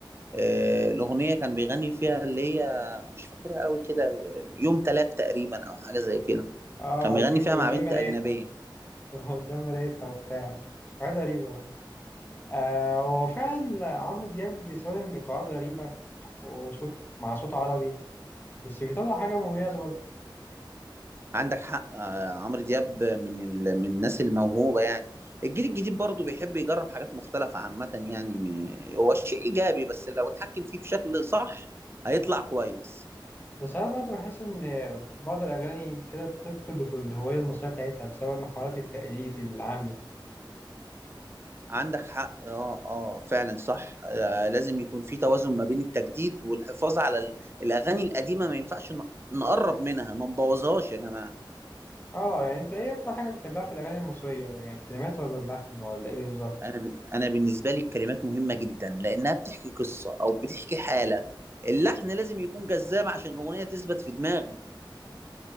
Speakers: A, on the right (about 30°); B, on the left (about 25°).
A: آه، الأغنية كان بيغني فيها اللي هي مش فاكرها قوي كده يوم تلات تقريبا أو حاجة زي كده
B: اه
A: كان بيغني
B: قدام
A: فيها مع
B: قدام
A: بنت
B: مرايتها
A: أجنبية
B: قدام مرايتها وبتاع حاجات غريبة والله آه هو فعلا عمرو دياب بيستخدم إيقاعات غريبة وصوت مع صوت عربي بس بيطلع حاجة مميزة برضه
A: عندك حق آه، عمرو دياب من ال... من الناس الموهوبه يعني الجيل الجديد برضه بيحب يجرب حاجات مختلفه عامه يعني م- هو الشيء ايجابي بس لو اتحكم فيه بشكل صح هيطلع كويس
B: بس ساعات برضه بحس إن بعض الأغاني كده بتفقد الهوية المصرية بتاعتها بسبب محاولات التقليد العامية
A: عندك حق اه اه فعلا صح آه لازم يكون في توازن ما بين التجديد والحفاظ على ال... الاغاني القديمه ما ينفعش ن... نقرب منها ما نبوظهاش يا جماعه
B: اه يعني انت ايه اكتر حاجة بتحبها في الأغاني المصرية يعني الكلمات ولا اللحن ولا ايه بالظبط
A: انا ب... انا بالنسبه لي الكلمات مهمه جدا لانها بتحكي قصه او بتحكي حاله اللحن لازم يكون جذاب عشان الاغنيه تثبت في دماغي